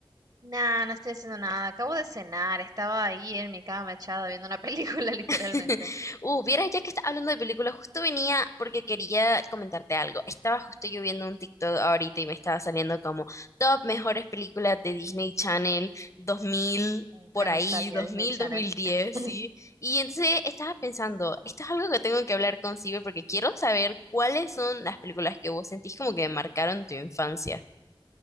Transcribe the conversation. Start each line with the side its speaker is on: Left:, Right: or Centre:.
Right: Nah, no estoy haciendo nada. Acabo de cenar. Estaba ahí en mi cama echada viendo una película, <laughs> literalmente.
Left: <laughs> Uh, vieras ya que estás hablando de películas, justo venía porque quería comentarte algo. Estaba justo yo viendo un TikTok ahorita y me estaba saliendo como top mejores películas de Disney Channel 2000
Right: Oh,
Left: por
Right: qué
Left: ahí,
Right: nostalgia,
Left: dos
Right: Disney
Left: dos mil
Right: Channel.
Left: dos mil diez,
Right: <laughs>
Left: ¿sí? Y entonces estaba pensando, esto es algo que tengo que hablar con Sibel porque quiero saber cuáles son las películas que vos sentís como que marcaron tu infancia.